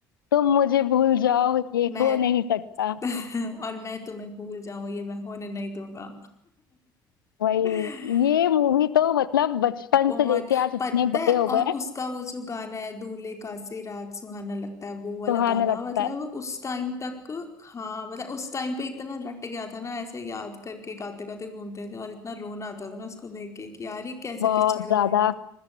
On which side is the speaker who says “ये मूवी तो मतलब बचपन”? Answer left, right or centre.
Left